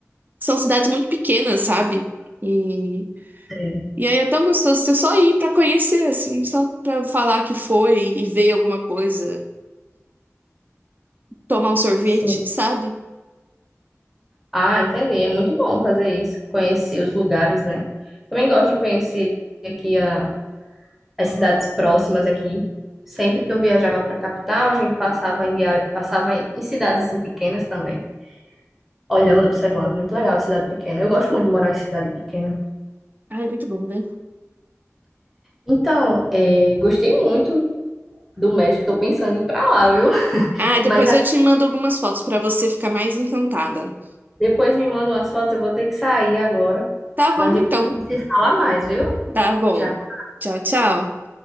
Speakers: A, on the right; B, in the centre.
A: são cidades muito pequenas, sabe? E
B: Sim.
A: E aí é tão gostoso você só ir pra conhecer, assim, só pra falar que foi e ver alguma coisa, tomar um sorvete,
B: Sim.
A: sabe?
B: Ah, entendi. É muito bom fazer isso, conhecer os lugares, né? Também gosto de conhecer aqui a- as cidades próximas aqui. Sempre que eu viajava para a capital, a gente passava em via... passava em em cidades assim pequenas também, olhando, observando. Muito legal, cidade pequena. Eu gosto muito de morar em cidade pequena.
A: Ah, é muito bom, né?
B: Então, é, gostei muito do México. Tô pensando em ir para lá, viu? <laughs>
A: Ah, depois
B: Mas ah,
A: eu te mando algumas fotos pra você ficar mais encantada.
B: depois me manda umas fotos. Eu vou ter que sair agora.
A: Tá bom,
B: Mas depois
A: então.
B: a gente se fala mais, viu?
A: Tá bom.
B: Tchau.
A: Tchau, tchau.